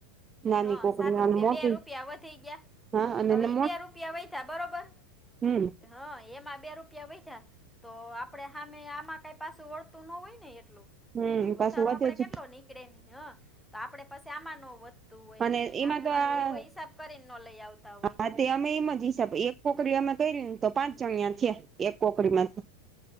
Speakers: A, on the right (about 20°); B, in the centre.
A: નાની
B: હા
A: કોકડી
B: સાત
A: અને
B: રૂપિયા
A: મોટી
B: બે રૂપિયા વધી ગયા
A: હા અને
B: હવે ઈ બે રૂપિયા વેધા બરોબર?
A: હમ્મ.
B: હા એમાં બે રૂપિયા વયધા તો આપડે હામે આમાં કઈ પાસુ વળતું ન હોય ને એટલું.
A: હમ
B: વધારો
A: પાછું વધે
B: આપડે
A: જ
B: કેટલો નીકળે ને હા તો આપડે પછી આમાંનો તું હોય
A: અને
B: એટલે
A: એમાં
B: આમે
A: તો
B: વાળો
A: આ
B: એવો હિસાબ કરીને ન લઈ આવતા હોય.
A: હા તે અમે એમ જ હિસાબે એક કોકરી અમે કરી ને તો પાંચ જણ્યા છેયા એક કોકરી માંથી.